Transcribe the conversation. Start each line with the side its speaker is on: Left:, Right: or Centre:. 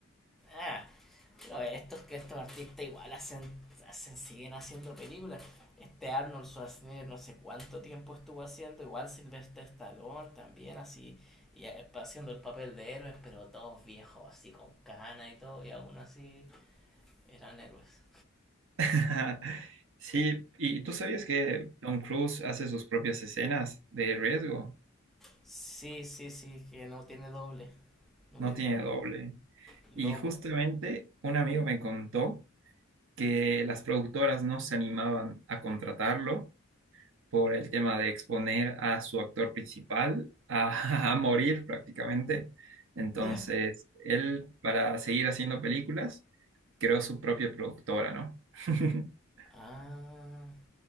Centre: Ah, Pero estos que estos artistas igual hacen, hacen, siguen haciendo películas. Este Arnold Schwarzenegger no sé cuánto tiempo estuvo haciendo, igual Sylvester Stallone también así, y eh, haciendo el papel de héroes, pero todos viejos así con cana y todo, y aún así eran héroes.
Right: <laughs> Sí, ¿y tú sabías que Tom Cruise hace sus propias escenas de riesgo?
Centre: Sí, sí, sí, que no tiene doble. No
Right: No
Centre: tiene
Right: tiene
Centre: doble.
Right: doble.
Centre: Loco.
Right: Y justamente un amigo me contó que las productoras no se animaban a contratarlo por el tema de exponer a su actor principal a, <laughs> a morir prácticamente. Entonces,
Centre: Ya.
Right: él, para seguir haciendo películas, creó su propia productora, ¿no? <laughs>
Centre: Ah.